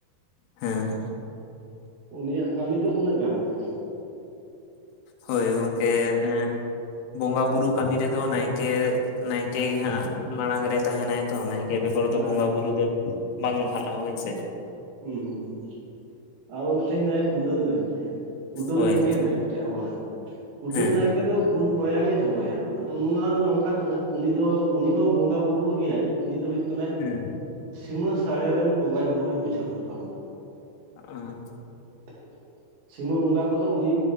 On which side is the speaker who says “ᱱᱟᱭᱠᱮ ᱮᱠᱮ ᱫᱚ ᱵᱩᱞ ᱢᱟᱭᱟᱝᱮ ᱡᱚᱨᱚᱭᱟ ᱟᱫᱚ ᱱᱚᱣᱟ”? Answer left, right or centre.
Right